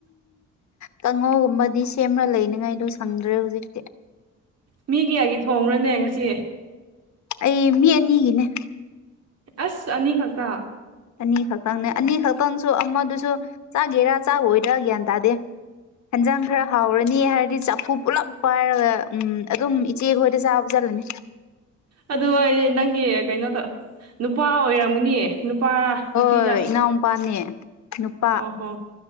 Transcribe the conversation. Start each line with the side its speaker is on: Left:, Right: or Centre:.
Left: ꯀꯥꯡꯉꯧꯒꯨꯝꯕꯗꯤ ꯁꯦꯝꯅ ꯂꯩꯅꯤꯉꯥꯏꯗꯣ ꯁꯪꯗ꯭ꯔꯦ ꯍꯧꯖꯤꯛꯇꯤ
Right: ꯃꯤ ꯀꯌꯥꯒꯤ ꯊꯣꯡꯉꯔꯅꯦ ꯉꯁꯤ
Left: ꯑꯩ ꯃꯤ ꯑꯅꯤꯒꯤꯅꯦ
Right: ꯑꯁ ꯑꯅꯤꯈꯛꯇ
Left: ꯑꯅꯤ ꯈꯛꯇꯪꯅꯦ ꯑꯅꯤ ꯈꯛꯇꯪꯁꯨ ꯑꯃꯗꯨꯁꯨ ꯆꯥꯒꯦꯔꯥ ꯆꯥꯣꯏꯗꯔꯥ ꯒ꯭ꯌꯥꯟ ꯇꯥꯗꯦ ꯍꯟꯖꯥꯡ ꯈꯔ ꯍꯥꯎꯔꯅꯤ ꯍꯥꯏꯔꯗꯤ ꯆꯐꯨ ꯄꯨꯜꯂꯞ ꯄꯥꯏꯔꯒ ꯎꯝ ꯑꯗꯨꯝ ꯏꯆꯦ ꯈꯣꯏꯗ ꯆꯥꯕ ꯆꯠꯂꯅꯤ
Right: ꯑꯗꯨ ꯑꯣꯏꯗꯤ ꯅꯪꯒꯤ ꯀꯩꯅꯣ ꯇ ꯅꯨꯄꯥ ꯑꯣꯏꯔꯝꯒꯅꯤ ꯅꯨꯄꯥꯔꯥ
Left: ꯍꯣꯏ
Right: ꯅꯨꯄꯤꯔ
Left: ꯏꯅꯥꯎꯄꯥꯅꯦ ꯅꯨꯄꯥ
Right: ꯑ ꯍꯣ